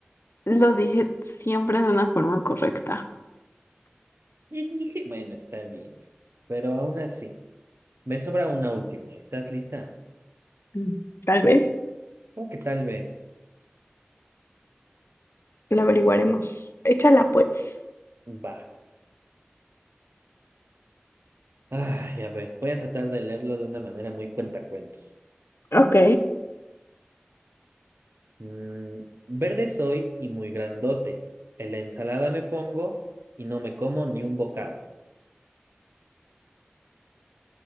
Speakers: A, on the left; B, on the right.
A: Lo dije siempre de una forma correcta.
B: Y dije, bueno, está bien, pero aún así. Me sobra una última. ¿Estás lista?
A: Mm, Tal vez
B: O que tal vez.
A: lo averiguaremos. Échala pues.
B: Va. Ay, a ver, voy a tratar de leerlo de una manera muy cuentacuentos.
A: Ok.
B: Mm, verde soy y muy grandote. En la ensalada me pongo y no me como ni un bocado.